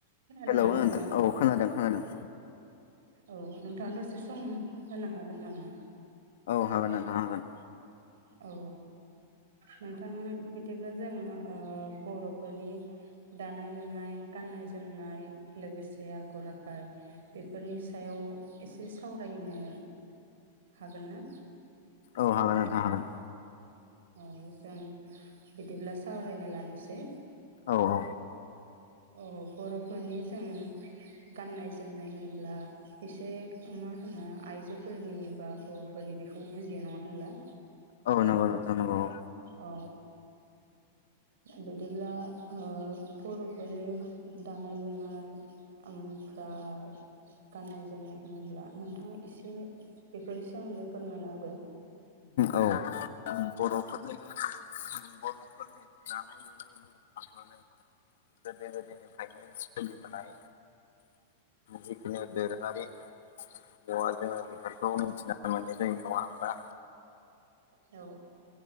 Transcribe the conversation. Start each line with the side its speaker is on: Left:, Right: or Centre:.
Right: खोनादोंना
Left: Hello नोंथां
Right: नोंथाङा
Left: औ खोनादों खोनादों।
Right: औ नोंथाङा दसे सम होनो हागोन नामा?
Left: औ हागोन नोंथां हागोन।
Right: औ नोंथां बिदिब्ला जोङो ओ बर'फोरनि दानाय लुनाय गाननाय जोमनाय लोगोसे आगर आखाय बेफोरनि सायाव एसे सावरायनो हागोन ना?
Left: औ हागोन नोंथां हागोन।
Right: औ जों बिदिब्ला सावरायनो लानोसै।
Left: औ औ
Right: अ बर'फोरनि जों गाननाय जोमनाय होनब्ला बेसे मा होनो आइजोफोरनि बा हौवाफोरनि बेखौ बुजियो नङा होनब्ला?
Left: औ नंगौ नोंथां नंगौ औ।
Right: औ बिदिब्ला ओ बर'फोरनि दानाय लुनाय ओमफ्राय गाननाय जोमनाय होनोब्ला नोंथाङा एसे बेफोरनि सोमोन्दै फोरमायना होदों।
Left: औ बर'फोरनि बर'फोरनि दानाय लुनायनि होनोब्लाथ' जों गोदो गोदनिफ्रायनो सोलिबोनाय जिखुनु दोरोङारि दङ जोङो बे खौ मिथिना मोनो जों नङा होमबा?
Right: औ।